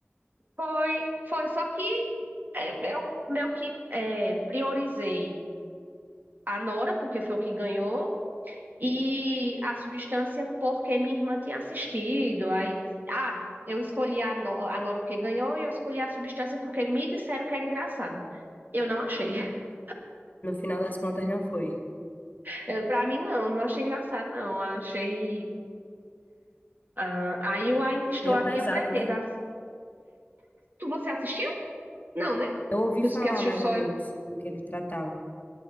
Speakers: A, on the right (about 45°); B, on the left (about 40°).
A: foi, foi, só que é, eu meio que é, priorizei a Nora, porque foi o que ganhou, e a substância, porque minha irmã tinha assistido. Aí, ah, eu escolhi a, No- a Nora porque ganhou, e eu escolhi a substância porque me disseram que era engraçado. Eu não achei. <laughs>
B: No final das contas não foi.
A: Eh, Pra mim, não, não achei engraçado, não. Achei Ah, aí o Ainda Estou
B: Meio
A: Aqui
B: pesado,
A: eu pretendo.
B: né?
A: ass- Tu, você assistiu? Não, né?
B: Eu ouvi
A: Tu
B: falar
A: que assistiu
B: mais
A: só.
B: ou menos do que ele tratava.